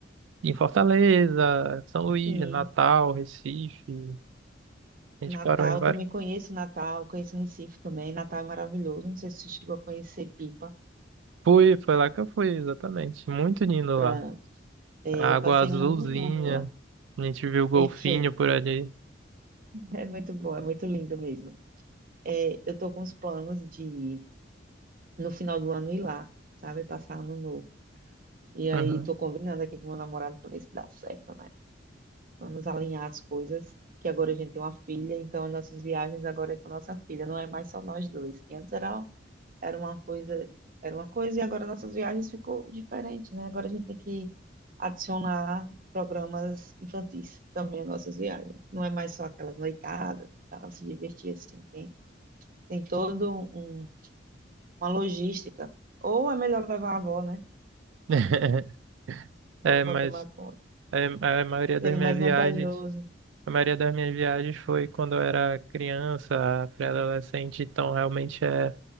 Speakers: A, on the right; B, on the right.
A: em Fortaleza, São Luís,
B: sim.
A: Natal, Recife. A gente
B: Natal,
A: parou em vários.
B: também conheço Natal, conheço Recife também. Natal é maravilhoso. Não sei se você chegou a conhecer Pipa.
A: Fui, foi lá que eu fui, exatamente. Muito lindo
B: Pronto.
A: lá.
B: Eh,
A: A
B: eu
A: água
B: passei
A: azulzinha.
B: um ano novo lá.
A: A gente viu golfinho
B: Perfeito.
A: por
B: <laughs>
A: ali.
B: É muito bom, é muito lindo mesmo. Eh, eu tô com os planos de, no final do ano, ir lá, sabe? Passar ano novo. E aí
A: Uhum.
B: tô combinando aqui com meu namorado para ver se dá certo, né? Vamos alinhar as coisas, que agora a gente tem uma filha, então as nossas viagens agora é com a nossa filha, não é mais só nós dois, que antes era, era uma coisa, era uma coisa e agora nossas viagens ficou diferente, né? Agora a gente tem que adicionar programas infantis também às nossas viagens. Não é mais só aquelas noitadas, tá? Se divertir assim, tem, tem todo um, uma logística. Ou é melhor levar a avó, né?
A: <laughs> É,
B: Para a avó
A: mas
B: tomar conta.
A: é, a maioria
B: Seria
A: das minhas
B: mais vantajoso.
A: viagens. A maioria das minhas viagens foi quando eu era criança, pré-adolescente, então realmente é,